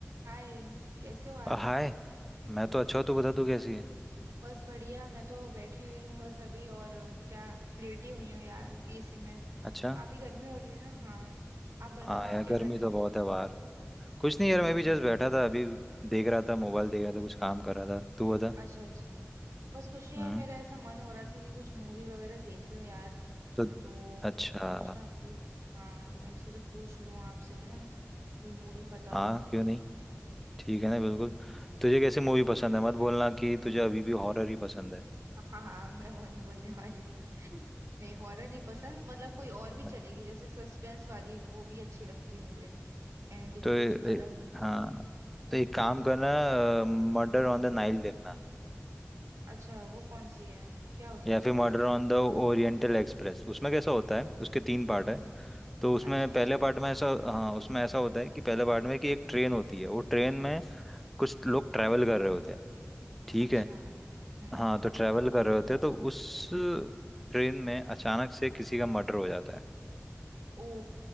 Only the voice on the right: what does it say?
हाय कैसे हो आप
बस बढ़िया मैं तो बैठी हुई हूँ बस अभी और अ, क्या लेटी हुई हूँ यार एसी में
काफी गर्मी हो रही है ना हाँ आप बताओ
आप
क्या
कर रहे
हो हम्म
अच्छा अच्छा बस कुछ नहीं
यार मेरा ऐसा मन हो रहा था कि कुछ मूवी वगैरह देख लूं यार
तो
पूछा पूछ हाँ मैंने सोचा पूछ लूं आपसे है ना कोई मूवी पता
हो तो <laughs>
हाँ हाँ मैं वो नहीं बोलने वाली नहीं हॉरर नहीं पसंद मतलब कोई और
भी चलेगी जैसे सस्पेंस वाली वो भी अच्छी लगती है मुझे एंड में
कुछ
अलग मिल
हम्म,
अच्छा वो कौन सी है क्या होता
है उसमें
हम्म
अच्छा
अच्छा
अच्छा
हम्म
ओ